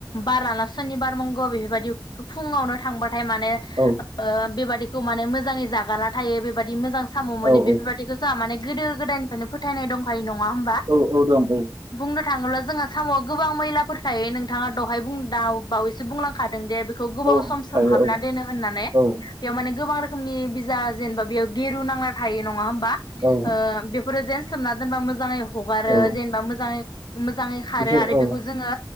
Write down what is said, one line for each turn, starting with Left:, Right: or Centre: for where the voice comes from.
Left: बार लाना सुनिबार <unintelligible> बेफोरबायदि फुङावनो थांबा थाय माने ओ
Right: औ
Left: बेबादिखौ माने मोज जाङै जागाना थायो बेबायदि मोजां साम मोनो
Right: औ
Left: बेफोरबायदिखौ
Right: औ
Left: जोंहा माने गोदो गोदायनिफ्रायनो फोथायनाय दंखायो नङा होमबा?
Right: औ औ दं औ
Left: बुंनो थाङोब्ला जोंहा सामआव गोबां मैलाफोर थायो नोंथाङा दहाय बुं दाउ बावैसो बुंलांखादों दे बेखौ गोबाव
Right: औ
Left: सम सम
Right: थायो
Left: हाबना
Right: औ
Left: दोनो होननानै
Right: औ
Left: बेयाव माने गोबां रो खोमनि बिजा जेनेबा बेयाव गिर <unintelligible> नांना थायो नङा होम बा
Right: औ
Left: ओ बेफोरो जेन सोमना दोनबा मोजाङै हगारो
Right: औ
Left: जेनेबा मोजाङै मोजाङै खारो
Right: बिसोर
Left: आरो
Right: औ
Left: बेखौ जोङो